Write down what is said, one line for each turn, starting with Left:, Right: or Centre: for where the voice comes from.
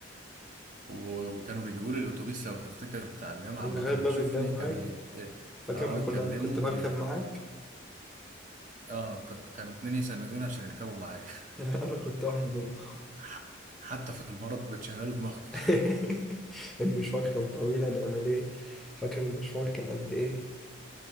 Right: و- وكانوا بيجيبوا لي الاتوبيس لو تفتكر بتاع الجامعه
Centre: لغاية
Right: اما كان
Centre: باب
Right: بيشوفني
Centre: الجامعة
Right: كان
Centre: أيوة
Right: ي... إيه،
Centre: فاكر
Right: اه
Centre: ما
Right: يكلمه
Centre: كنا كنت بركب
Right: ي...
Centre: معاك
Right: اه كان كان اتنين يسندوني عشان يركبوا معايا <laughs>
Centre: <laughs> انا كنت واحد منهم
Right: ح- حتى في المرض بتشغلوا دماغكم
Centre: <laughs> المشوار كان طويل هنعمل ايه فاكر المشوار كان قد ايه